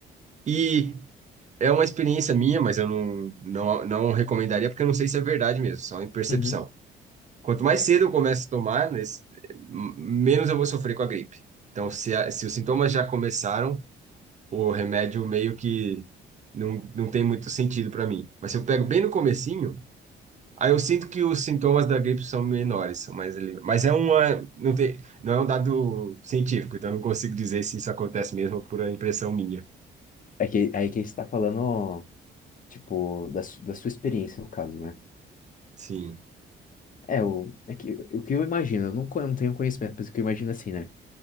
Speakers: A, on the right; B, on the left.
A: E é uma experiência minha, mas eu não, não, não recomendaria, porque eu não sei se é verdade mesmo, só em percepção.
B: Uhum.
A: Quanto mais cedo eu começo a tomar, né, s- m- menos eu vou sofrer com a gripe. Então, se, a- se os sintomas já começaram, o remédio meio que não, não tem muito sentido para mim. Mas se eu pego bem no comecinho, aí eu sinto que os sintomas da gripe são menores, são mais ali. Mas é uma, não tem, não é um dado científico, então eu não consigo dizer se isso acontece mesmo por a impressão minha.
B: É que, aí que você tá falando, tipo, da, su- da sua experiência no caso, né?
A: Sim.
B: É, o, é que, o que eu imagino, eu não, co- eu não tenho conhecimento, mas o que eu imagino assim, né?